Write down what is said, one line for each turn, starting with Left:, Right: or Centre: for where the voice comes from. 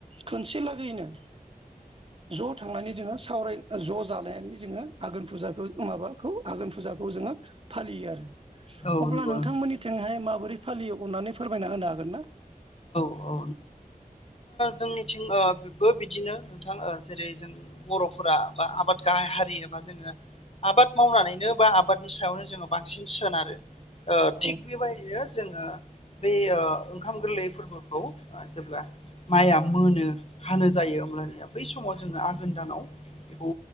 Right: खोनसे लागैनो ज' थांनानै जोङो सावराय ज' जानायानो जोङो आघोन फुजाखौ माबाखौ आघोन फुजा खौ जोङो फालियो आरो।
Left: औ
Right: अब्ला
Left: नंगौ
Right: नोंथां मोननि थिंहाय माबोरै फालियो अननानै फोरमायना होनो हागोन ना?
Left: अ ओ जोंनिथिं ओ बिबो बिदिनो नोंथां ओ जेरै जों बर'फोरा बा आबाद गा हाय हारि एबा जोङो आबाद मावनानैनो बा आबादनि सायावनो जोङो बांसिन सोनारो। ओ थिग
Right: औ
Left: बेबायदिनो जोङो बे ओ ओंखाम गोरलै फोरबोखौ ओ जेब्ला माइआ मोनो हानो जायो अब्लानिया बै समाव जोङो आघोन दानाव बेखौ